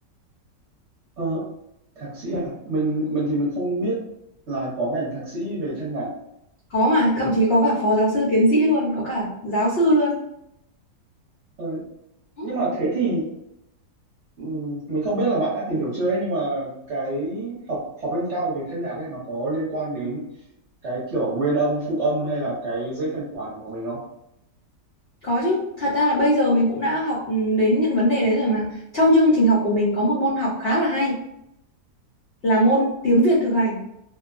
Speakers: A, on the right; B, on the left.
A: ờ, thạc sĩ à mình mình thì mình không biết là có ngành thạc sĩ về thanh nhạc
B: có mà thậm chí có cả phó giáo sư tiến sĩ luôn có cả giáo sư luôn
A: ờ,
B: Ừ.
A: nhưng mà thế thì Ừm, mình không biết là bạn đã tìm hiểu chưa ấy nhưng mà cái học học lên cao về thanh nhạc ấy nó có liên quan đến cái kiểu nguyên âm phụ âm hay là cái dây thanh quản của mình không?
B: Có chứ, thật ra là bây giờ mình cũng đã học ừ, đến những vấn đề đấy rồi mà. Trong chương trình học của mình có một môn học khá là hay là môn tiếng Việt thực hành.